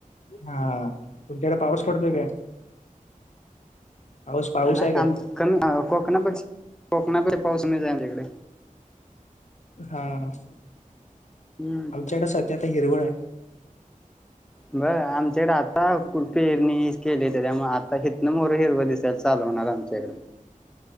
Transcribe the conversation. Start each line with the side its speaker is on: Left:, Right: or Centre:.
Left: हा तुमच्याकडं पाऊस पडतोय काय? पाऊस पाऊस
Centre: नाही
Left: आहे काय
Centre: आम कमी कोकणाच कोकणात पाऊस कमीचाय आमच्याकडं.
Left: हा असो
Centre: हम्म
Left: आमच्याकडं सध्या आता हिरवळ हाय.
Centre: बर आमच्याकड आता कु पेरणी केली तेज्यामुळं आता हितन म्होरं हिरवं दिस तय चालू होणार आमच्याकडं.